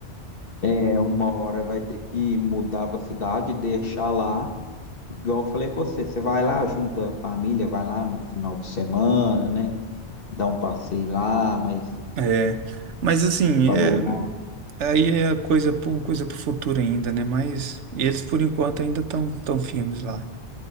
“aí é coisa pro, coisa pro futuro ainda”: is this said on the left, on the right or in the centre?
Right